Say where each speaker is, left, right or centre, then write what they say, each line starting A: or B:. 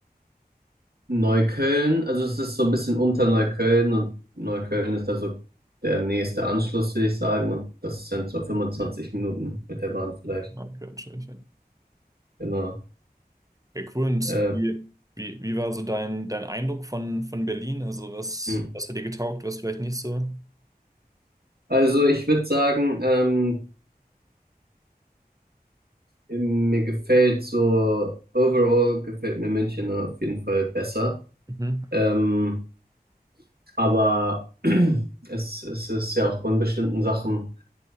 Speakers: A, on the right; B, on the right.
A: Neukölln, also es ist so ein bisschen unter Neukölln und Neukölln ist da so der nächste Anschluss, würde ich sagen. Und das sind so 25
B: Ja,
A: Minuten mit der Bahn vielleicht.
B: okay, natürlich. Ja,
A: Genau.
B: Ja, cool. Und
A: Äh,
B: wie, wie, wie war so dein, dein Eindruck von, von Berlin? Also was,
A: hm.
B: was hat dir getaugt, was vielleicht nicht so?
A: also ich würde sagen, ähm, mir gefällt so, overall gefällt mir München auf jeden Fall besser.
B: Mhm.
A: Ähm, aber <clears throat> es, es ist ja auch von bestimmten Sachen.